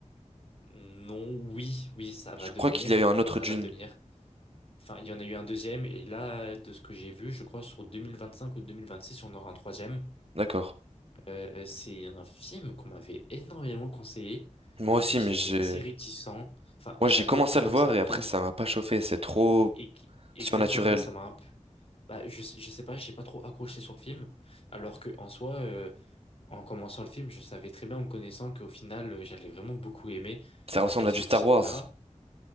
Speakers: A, on the left; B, on the right.
A: non, oui, oui, ça
B: Je
A: va devenir,
B: crois qu'il y a eu un autre
A: ça
B: Dune.
A: va devenir. Enfin, il y en a eu un deuxième, et là, de ce que j'ai vu, je crois sur 2025 ou 2026, on aura un troisième.
B: D'accord.
A: Euh, c'est un film qu'on m'avait énormément conseillé,
B: Moi aussi,
A: mais j'étais
B: mais j'ai...
A: assez réticent. Enfin,
B: Moi,
A: j'avais
B: j'ai commencé
A: commencé
B: à le voir
A: le
B: et
A: film,
B: après, ça m'a pas chauffé. C'est
A: et,
B: trop
A: et- et- exactement,
B: surnaturel.
A: ça m'a un peu... Bah, je, je sais pas, j'ai pas trop accroché sur le film, alors que en soi, euh, en commençant le film, je savais très bien en me connaissant qu'au final, euh, j'allais vraiment beaucoup aimer.
B: Ça ressemble
A: Et ce
B: à du Star
A: film-là,
B: Wars.